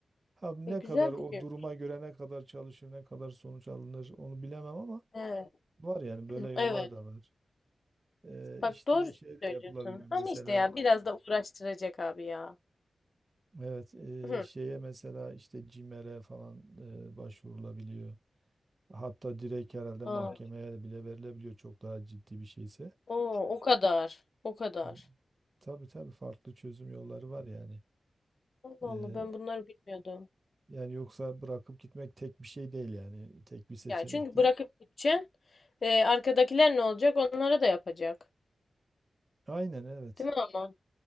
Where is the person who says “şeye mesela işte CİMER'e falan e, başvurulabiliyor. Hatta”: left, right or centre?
Right